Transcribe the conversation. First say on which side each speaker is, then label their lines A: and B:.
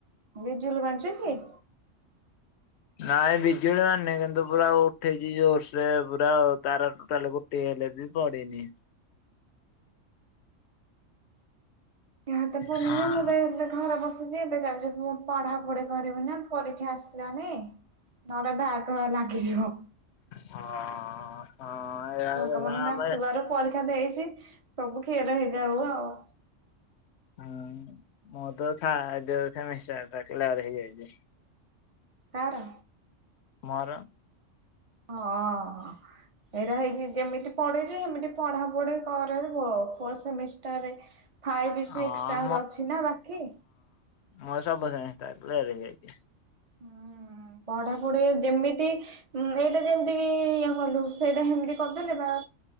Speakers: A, on the right (about 35°); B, on the left (about 65°).
A: ବିଜୁଲି ମାରୁଚିକି କିି?
B: ନାଇଁ ବିଜୁଳି ମାରୁନି କିନ୍ତୁ ପୁରା ଉଠେଇଛି ଜୋରସେ ପୁରା ତାର ଟୋଟାଲକୁ ଟେ ହେଲେ ବି ପଡିନି।
A: ଏ ହାତ ପଡିନି
B: ହଁ।
A: ନା ମୁଁ ତ ଏବେ ଘରେ ବସି ଜେ ଏବେ ଯାଉଛି ପଢା ପଢି କରିବ ନା ପରୀକ୍ଷା ଆସିଲାଣି। ନହେଲେ ବ୍ୟାକ ଲାଗିଯିବ।
B: ହଁ ହଁ <unintelligible>
A: ଭଗବାନଙ୍କ
B: ଆମେ
A: ଆଶୀର୍ବାଦରୁ ପରୀକ୍ଷା ଦେଇଛି ସବୁ କ୍ଲିଅର ହେଇଯାଉ ଆଉ
B: ହୁଁ ମୋରତ ଥା ଜଉ ସେମିଷ୍ଟାରଟା କ୍ଲିଅର ହେଇଯାଇଛି।
A: କାର?
B: ମୋର।
A: ହଁ ଅ। ଏରା ହେଇଛି ଯେମିତି ପଡିଚି ହେମିତି ପଢାପଢି କରରେ ପୁଅ ଫୋର ସେମିଷ୍ଟାରେ ଫାଇବିି
B: ହଁ
A: ସିକ୍ସିଟା ଆହୁରି ଅଛି ନା ବାକି।
B: ମେରସବୁ ସେମିସ୍ଟାର କ୍ଳିଅର ହେଇଯାଇଛି।
A: ହୁଁ ପଢାପଢି ଯେମିତ ଏଇଟା ଯେମିତିବି ଇଏ କଲୁ ସେଇଟା ହେମିତି କରିଦେଲେ ବାଆ